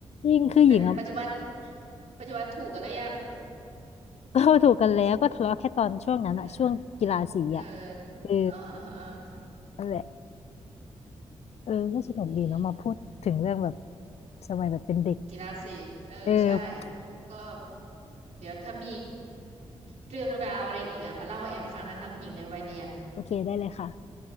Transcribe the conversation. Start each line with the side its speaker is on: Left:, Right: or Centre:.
Left: ยิ่งคือหญิงอ่ะ
Right: แต่ปัจจุบันปัจจุบันถูกกันแล้วยัง
Left: ก็ถูกกันแล้วก็ทะเลาะแค่ตอนช่วงนั้นอ่ะช่วงกีฬาสีอ่ะ
Right: เออเออ
Left: เออ
Right: เออเออ
Left: นั่นแหละเออก็สนุกดีเนาะมาพูดถึงเรื่องแบบ
Right: อืม
Left: สมัยแบบเป็นเด็ก
Right: กีฬาสีเออใช่
Left: เออ
Right: ก็เดี๋ยวถ้ามีเรื่องราวอะไรอีกอ่ะมาเล่าให้แอมฟังนะคะคุณหญิงในวัยเรียน
Left: โอเคได้เลยค่ะ